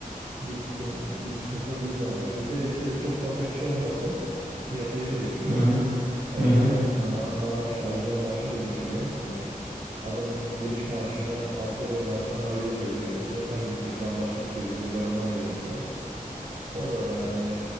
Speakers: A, on the right; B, on the right.
A: bir sıkıntı, bir sıkıntı da bu yüzden var. Bir de işte çok fazla kişi olması piyasayı da düşürüyor.
B: Hı hı.
A: Ee,
B: Hı hı.
A: ha, ma- maaş alacağım maaşı da düşürüyor. Hani adam giriş maaşını asgari maaştan hallice veriyor mesela. Sen git diyor tamam başkası gelir diyor ben ona veririm diyor. O da yani